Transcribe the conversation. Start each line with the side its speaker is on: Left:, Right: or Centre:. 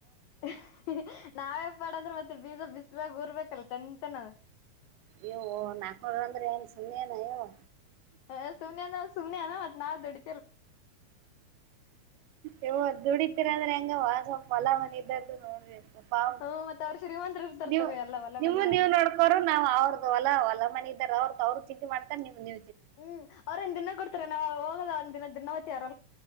Left: ಅಹ್ ಹಿ ಹಿ ನಾವೇ ಮಾಡದ್ರೆ ಮತ್ತೆ ಬೀಜ ಬಿಸ್ಲಾಗ ಉರ್ಬೇಕಲ್ಲ ಚಂತನ.
Right: ಏ ಓ ನಾಕ್ನೂರ್ ಅಂದ್ರೆ ಏನ್ ಸುಮ್ಮನ ಏನ ಯಾವ್ವೋ.
Left: ಹ ಸುಮ್ನೇನ ಸುಮ್ನೆ ಅಲ ಮತ್ ನಾವ್ ದುಡಿ
Right: ಯವ್ವ ದುಡತಿರ ಅಂದ್ರೆ ಹೆಂಗವ್ವ ಸ್ವಲ್ಪ ಹೊಲ ಮನಿ <unintelligible> ನೋಡ್ಬೇಕ್ ಪಾ
Left: ಹ್ಮ ಮತ್ ಅವ್ರ ಶ್ರೀಮಂತರು ಇರ್ತಾರ
Right: ನೀವು
Left: ತಗೋ ಎಲ್ಲ ಹೊಲ
Right: ನಿಮ್ಮ
Left: ಮನಿ ಮಾಡಿ
Right: ನೀವ ನೋಡ್ಕೋರು ನಾವ್ ಅವ್ರ್ದ ಹೊಲ ಹೊಲ ಮನಿ ಇದಾರ ಅವ್ರ್ದ ಅವ್ರ್ ಮಾಡ್ತಾರೆ ನೀವು ನೀ
Left: ಹ್ಮ್ ಅವ್ರ ಒಂದ ದಿನ ಕೊಡ್ತಾರ ನಾವ್ ಹೋಗಲ್ಲ ಒಂದ್ಿನ ದನ್ನ ಚಾರರ